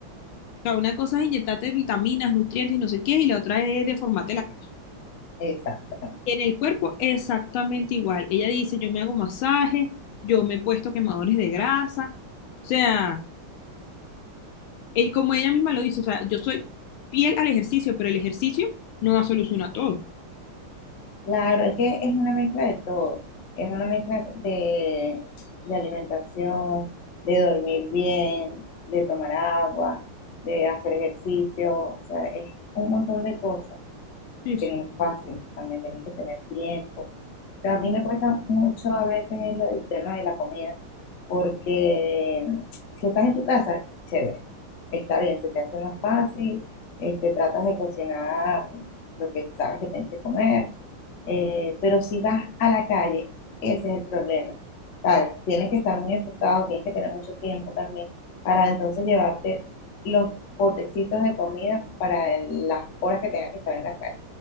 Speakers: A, on the left (about 75°); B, on the left (about 55°).
A: sea, una cosa es inyectarte vitaminas, nutrientes y no sé qué, y la otra es deformarte la cara.
B: exacto.
A: En el cuerpo, exactamente igual. Ella dice, yo me hago masajes, yo me he puesto quemadores de grasa. O sea, eh, como ella misma lo dice, o sea, yo soy fiel al ejercicio, pero el ejercicio no va a solucionar todo.
B: Claro, es que es una mezcla de todo. Es una mezcla de, de alimentación, de dormir bien, de tomar agua, de hacer ejercicio. O sea, es un montón de cosas
A: Sí, sí.
B: que no es fácil. También tienes que tener tiempo. O sea, a mí me cuesta mucho a veces el, el tema de la comida, porque mm, si estás en tu casa, chévere, está bien, se te hace más fácil, este, tratas de cocinar lo que sabes que tienes que comer eh, pero si vas a la calle, ese es el problema. ¿sabes? Tienes que estar muy enfocado, tienes que tener mucho tiempo también para entonces llevarte los potecitos de comida para el- las horas que tengas que estar en la calle.